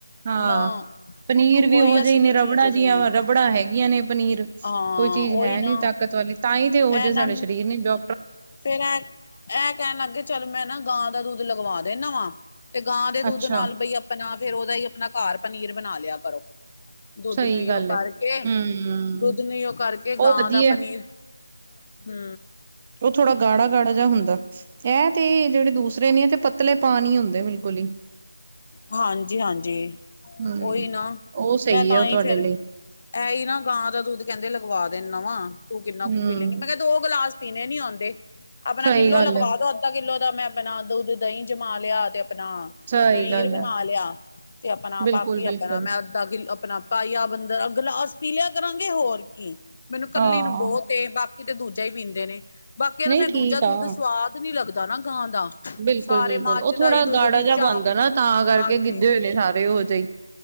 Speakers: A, on the right; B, on the left.
A: ਹਾਂ।
B: ਨਾ
A: ਪਨੀਰ ਵੀ
B: ਕੋਈ
A: ਉਹੋ ਜਿਹੀ
B: ਅਸਲੀ
A: ਨੇ, ਰਬੜਾ
B: ਚੀਜ਼
A: ਜਿਹੀਆਂ
B: ਨੀ ਐ
A: ਰਬੜਾ ਹੈਗੀਆਂ ਨੇ ਪਨੀਰ,
B: ਹਾਂ
A: ਕੋਈ ਚੀਜ਼
B: ਉਹੀ
A: ਹੈ
B: ਨਾ
A: ਨੀ ਤਾਕਤ ਵਾਲੀ। ਤਾਂ ਹੀ ਤੇ ਉਹ ਜਹੇ
B: ਐ
A: ਸਾਡੇ
B: ਨਾ
A: ਸਰੀਰ ਨੇ, ਜੋ
B: ਫੇਰ ਇਹ, ਇਹ ਕਹਿਣ ਲੱਗ ਗਏ, ਚੱਲ ਮੈਂ ਨਾ ਗਾਂ ਦਾ ਦੁੱਧ ਲਗਵਾ ਦੇਨਾ ਵਾਂ। ਤੇ ਗਾਂ ਦੇ ਦੁੱਧ
A: ਅੱਛਾ,
B: ਨਾਲ ਬਈ ਆਪਣਾ, ਫੇਰ ਉਹਦਾ ਹੀ ਆਪਣਾ ਘਰ ਪਨੀਰ ਬਣਾ ਲਿਆ ਕਰੋ। ਦੁੱਧ
A: ਸਹੀ
B: ਨੂੰ
A: ਗੱਲ
B: ਉਹ
A: ਐ,
B: ਕਰਕੇ,
A: ਹੂੰ
B: ਦੁੱਧ ਨੂੰ ਉਹ ਕਰਕੇ,
A: ਉਹ
B: ਗਾਂ
A: ਵਧੀਆ
B: ਦਾ ਪਨੀਰ ਹੂੰ,
A: ਉਹ ਥੋੜਾ ਗਾੜਾ ਗਾੜਾ ਜਿਯਾ ਹੁੰਦਾ, ਇਹ ਤੇ ਜਿਹੜੇ ਦੂਸਰੇ ਨੇ, ਐ ਤੇ ਪਤਲੇ ਪਾਣੀ ਹੁੰਦੇ, ਬਿਲਕੁਲ ਹੀ
B: ਹਾਂਜੀ ਹਾਂਜੀ,
A: ਹਮ
B: ਔ ਹੀ ਨਾ,
A: ਉਹ ਸਹੀ
B: ਮੈਂ ਤਾਂ
A: ਹੈ ਉਹ
B: ਹੀ
A: ਤੁਹਾਡੇ
B: ਫਿਰ
A: ਲਈ
B: ਇਹ ਹੀ ਨਾ ਗਾਂ ਦਾ ਦੁੱਧ ਕਹਿੰਦੇ ਲਗਵਾ ਦਿੰਦਾ ਵਾਂ, ਤੂੰ ਕਿੰਨਾ
A: ਹਮ
B: ਕੁ ਪੀ ਲੈਂਗੀ, ਮੈਂ ਕਹਿੰ ਦੋ ਗਲਾਸ ਪੀਣੇ ਨੀ ਹੋਂਦੇ, ਆਪਣਾ
A: ਸਹੀ
B: ਕਿੱਲੋ
A: ਗੱਲ
B: ਲਗਵਾ
A: ਹੈ
B: ਦੋ ਅਦਾ ਕਿੱਲੋ ਦਾ ਮੈਂ ਆਪਣਾ ਦੁੱਧ ਦਹੀਂ ਜਮਾ ਲਿਆ, ਤੇ ਆਪਣਾ
A: ਸਹੀ
B: ਪਨੀਰ
A: ਗੱਲ
B: ਬਣਾ
A: ਹੈ
B: ਲਿਆ, ਤੇ ਆਪਣਾ
A: ਬਿਲਕੁਲ
B: ਬਾਕੀ
A: ਬਿਲਕੁਲ
B: ਆਪਣਾ, ਮੈਂ ਕਿ ਆਪਣਾ ਪਾਇਆ ਬੰਦਾ, ਗਲਾਸ ਪੀ ਲਿਆ ਕਰਾਂਗੇ ਹੋਰ ਕੀ, ਮੈਨੂੰ ਕੱਲੀ
A: ਹਾਂ
B: ਨੂੰ ਬਹੁਤ ਤੇ ਬਾਕੀ ਤੇ ਦੂਜਾ ਹੀ ਪੀਂਦੇ ਨੇ, ਬਾਕਿਆਂ ਇਹ
A: ਨਹੀਂ
B: ਨੂੰ ਫੇਰ
A: ਠੀਕ
B: ਦੂਜਾ
A: ਆ
B: ਦੁੱਧ ਸਵਾਦ ਨੀ ਲੱਗਦਾ ਨਾ, ਗਾਂ ਦਾ
A: ਬਿਲਕੁਲ
B: ਸਾਰੇ
A: ਬਿਲਕੁਲ
B: ਮੱਝ
A: ਉਹ
B: ਦਾ
A: ਥੋੜਾ
B: ਹੀ ਦੁੱਧ
A: ਗਾੜਾ
B: ਦੀ
A: ਜਿਹਾ
B: ਚਾਹ
A: ਬੰਦਦਾ ਨਾ, ਤਾਂ ਕਰਕੇ
B: ਹਾਂਜੀ
A: ਗਿੱਧੇ ਹੋਏ ਨੇ ਸਾਰੇ ਉਹ ਜਿ ਹੀ।